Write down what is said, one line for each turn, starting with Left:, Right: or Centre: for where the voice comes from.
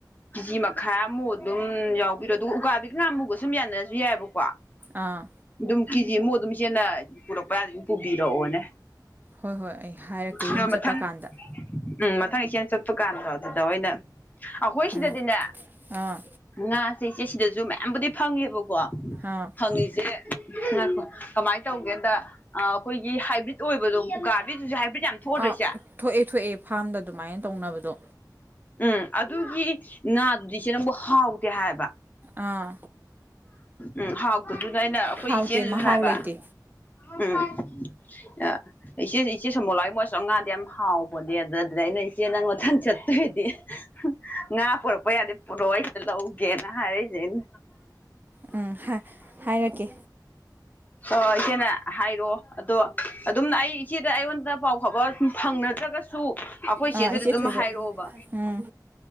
Left: ꯀꯦꯖꯤ ꯃꯈꯥꯃꯨꯛ ꯑꯗꯨꯝ ꯌꯥꯎꯕꯤꯔꯣ ꯑꯗꯨꯒ ꯎꯀꯥꯕꯤ ꯉꯥꯃꯨꯒꯁꯨꯝ ꯌꯥꯅꯔꯁꯨ ꯌꯥꯏꯌꯦꯕꯀꯣ
Right: ꯑꯥ
Left: ꯑꯗꯨꯝ ꯀꯦꯖꯤ ꯑꯃꯨꯛ ꯑꯗꯨꯝ ꯏꯆꯦꯅ ꯄꯨꯔꯛꯄ ꯌꯥꯔꯗꯤ ꯑꯗꯨꯝ ꯄꯨꯕꯤꯔꯛꯑꯣꯅꯦ
Right: ꯍꯣꯏ ꯍꯣꯏ ꯑꯩ ꯍꯥꯏꯔꯛꯀꯦ
Left: ꯑꯗꯣ
Right: ꯌꯨꯝ
Left: ꯃꯊꯪ
Right: ꯆꯠꯄ ꯀꯥꯟꯗ
Left: ꯎꯝ ꯃꯊꯪ ꯏꯆꯦꯅ ꯆꯠꯄ ꯀꯥꯟꯗꫭ ꯑꯗꯨꯗ ꯑꯣꯏꯅ ꯑꯈꯣꯏ ꯁꯤꯗꯗꯤꯅꯦ
Right: ꯎꯝ ꯑꯥ
Left: ꯉꯥꯁꯦ ꯏꯆꯦ ꯁꯤꯗꯁꯨ ꯃꯌꯥꯝꯕꯨꯗꯤ ꯐꯪꯉꯦꯕ ꯀꯣ
Right: ꯑꯥ
Left: ꯐꯪꯉꯤꯖꯦ ꯉꯥꯢꯈꯣ ꯀꯃꯥꯏ ꯇꯧꯒꯦꯗ ꯑꯥ ꯑꯈꯣꯏꯒꯤ ꯍꯥꯏꯕ꯭ꯔꯤꯠ ꯑꯣꯏꯕꯗꯣ ꯎꯀꯥꯚꯤꯁꯤꯖꯨ ꯍꯥꯏꯕ꯭ꯔꯤꯠ ꯌꯥꯝ ꯊꯣꯛꯑꯗ꯭ꯔꯣ
Right: ꯑꯥ
Left: ꯏꯆꯦ
Right: ꯊꯣꯛꯑꯦ ꯊꯣꯛꯑꯦ ꯐꯥꯔꯝꯗ ꯑꯗꯨꯃꯥꯏꯟ ꯇꯧꯅꯕꯗꯣ
Left: ꯎꯝ ꯑꯗꯨꯒꯤ ꯉꯥꯗꯨꯗꯤ ꯏꯆꯦ ꯅꯪꯕꯨ ꯍꯥꯎꯇꯦ ꯍꯥꯏꯕ
Right: ꯑꯥ
Left: ꯎꯝ ꯍꯥꯎꯇꯗꯨꯅ ꯑꯩꯅ ꯑꯈꯣꯏ
Right: ꯍꯥꯎꯇꯦ
Left: ꯏꯆꯦꯅꯖꯨ
Right: ꯃꯍꯥꯎ
Left: ꯍꯥꯏꯕ
Right: ꯂꯩꯇꯦ
Left: ꯎꯝ <inaudible> ꯑ ꯏꯆꯦ ꯏꯆꯦ ꯁꯣꯃꯣꯂꯥ ꯍꯣꯏ ꯃꯣꯏ ꯑꯁꯣꯝ ꯉꯥꯗꯤ ꯌꯥꯝ ꯍꯥꯎꯕꯅꯦ ꯑꯗ ꯑꯗꯨꯗ ꯑꯩꯅ ꯏꯆꯦ ꯅꯪ ꯃꯊꯪ ꯆꯠꯇꯨꯢ ꯗꯤ ꯉꯥ ꯄꯨꯔꯛꯄ ꯌꯥꯗꯤ ꯄꯨꯔꯛꯑꯣ ꯑꯩ ꯈꯤꯇ ꯂꯧꯒꯦꯅ ꯍꯥꯏꯔꯩ <unintelligible>
Right: ꯎꯝ ꯍꯥꯏꯔꯛꯀꯦ
Left: ꯑꯣ ꯏꯆꯦꯅ ꯍꯥꯏꯔꯛꯑꯣ ꯑꯗꯣ ꯑꯗꯨꯝ ꯑꯩ ꯏꯆꯦꯗ ꯑꯩꯉꯣꯟꯗ ꯄꯥꯎ ꯐꯥꯎꯕ ꯁꯨꯝ ꯐꯪꯅꯗ꯭ꯔꯒꯁ ꯁꯨ ꯑꯈꯣꯏ ꯆꯦꯊꯣꯏꯗ
Right: ꯑꯥ ꯏꯆꯦ
Left: ꯑꯗꯨꯝ
Right: ꯊꯣꯏꯗ
Left: ꯍꯥꯏꯔꯛꯑꯣꯕ
Right: ꯎꯝ